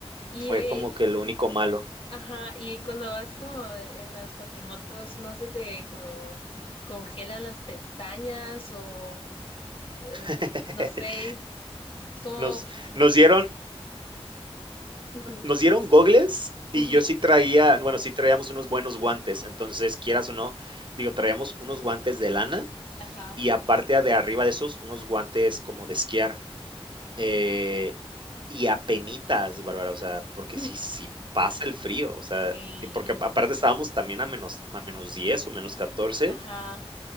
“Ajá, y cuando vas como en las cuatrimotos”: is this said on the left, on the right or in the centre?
Left